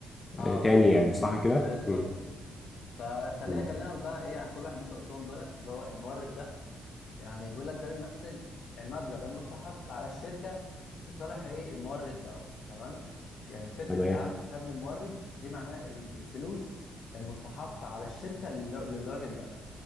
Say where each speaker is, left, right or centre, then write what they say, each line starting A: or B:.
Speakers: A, on the left (about 55°); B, on the left (about 15°).
A: اه
B: آه، تاني
A: بالظبط
B: يعني صح كده
A: بالظبط
B: مم.
A: كده فخليني
B: مم.
A: اكلمك بقى ايه عن كل واحد من انت قلتهم دولت اللي هو المورد يعني بيقول لك ده بيمثل المبلغ المستحق على الشركه لصالح ايه المورد ده تمام يعني فكره
B: تمام
A: انت عندك حساب للمورد دي معناها ال- الفلوس المستحقه على الشركه لل- للراجل ده